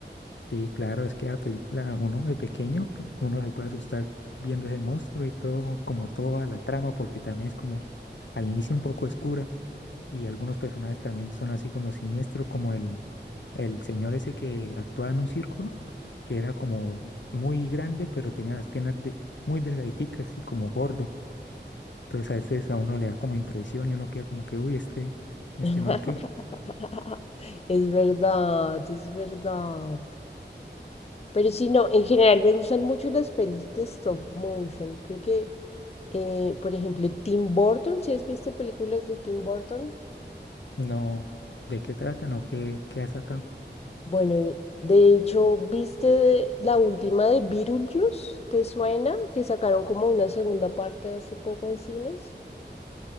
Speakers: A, on the left (about 80°); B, on the left (about 35°).
A: Sí, claro, es que la película, uno de pequeño, uno se puede asustar viendo ese monstruo y todo, como toda la trama, porque también es como al inicio un poco oscura. y algunos personajes también son así como siniestros, como el, el señor ese que actuaba en un círculo, que era como muy grande, pero tenía las piernas de- muy delgaditicas y como gordo. Entonces a veces a uno le da como impresión y uno queda como que, uy, este, este
B: <laughs>
A: man qué,
B: Es verdad, es verdad. Pero sí, no, en general me gustan mucho las pelis de stop motion. Creo que eh, por ejemplo, Tim Burton, si has visto películas de Tim Burton?
A: no, ¿de qué tratan o qué, qué ha sacado?
B: Bueno, de hecho, ¿viste la última de Beetlejuice? ¿Te suena? Que sacaron como una segunda parte hace poco en cines.